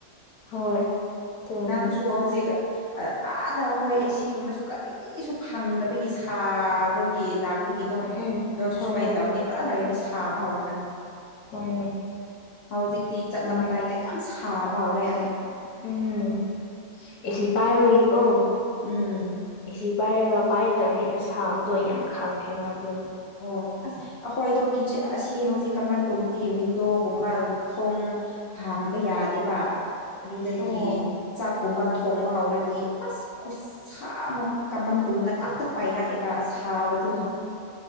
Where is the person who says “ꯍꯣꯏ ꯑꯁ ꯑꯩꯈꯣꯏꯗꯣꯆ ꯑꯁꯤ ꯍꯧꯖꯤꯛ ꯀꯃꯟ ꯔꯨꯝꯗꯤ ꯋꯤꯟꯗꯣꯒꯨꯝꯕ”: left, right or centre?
Left